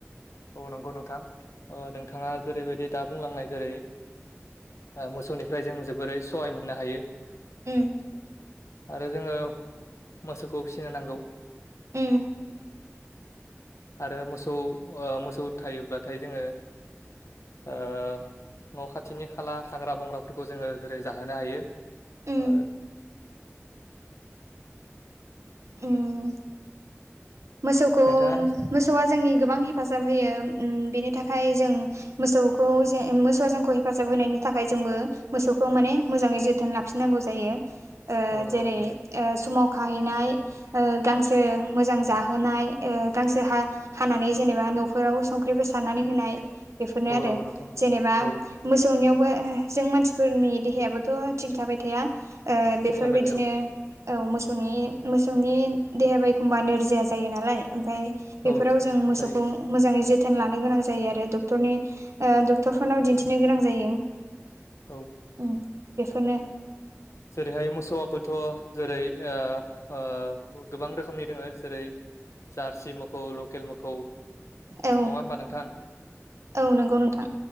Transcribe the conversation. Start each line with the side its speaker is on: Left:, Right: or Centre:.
Left: औ नंगौ नोंथां ओ नोंथाङा जेरैबायदि दा बुंलांनाय जेरै मोसौनिफ्राय जों जोबोरै सहाय मोननो हायो
Right: उम
Left: आरो जोङो मोसौखौ फिसिनो नांगौ
Right: उम
Left: आरो मोसौ ओ मोसौ थायोब्लाथाय जोङो ओ न' खाथिनि खाला हाग्रा बंग्राफोरखौ जोङो जेरै जाहोनो हायो
Right: उम
Left: ओ <unintelligible>
Right: उम मोसौखौ
Left: नोंथाङा एस
Right: मोसौआ जोंनि गोबां हेफाजाब होयो उम बेनि थाखाय जों मोसौखौ जे उम मोसौआ जोंखौ हेफाजाब होनायनि थाखाय जोंबो मोसौखौ माने मोजाङै जोथोन ला -खिनांगौ जायो ओ
Left: औ नंगौ
Right: जेरै
Left: नोंथां
Right: ओ समाव खाहैनाय ओ गांसो मोजां जाहोनाय ओ गांसो हा हानानै जेनेबा न'फोराव संख्रिफोर सारनानै होनाय बेफोरनो
Left: औ
Right: आरो
Left: नंगौ नोंथां
Right: जेनेबा
Left: औ
Right: मोसौनियावबो जों मानसिफोरनि देहायाबोथ' थिग थाबाय थाया ओ बेफोरबायदिनो
Left: थिग थाबाय थाया औ
Right: औ मोसौनि मोसौनि देहायाबो एखमबा नोरजिया जायो नालाय ओमफ्राय बेफोराव
Left: औ
Right: जों मोसौखौ
Left: जायो
Right: मोजाङै जोथोन लानो गोनां जायो आरो डक्टरनि ओ डक्टरफोरनाव
Left: औ
Right: दिन्थिनो गोनां जायो
Left: औ
Right: उम बेफोरनो
Left: जेरैहाय मोसौआबोथ' जेरै ओ ओ गोबां रोखोमनि दोङो जेरै जारसि मोखौ लकेल मोखौ
Right: औ
Left: नङा होमबा नोंथां
Right: औ नंगौ नोंथां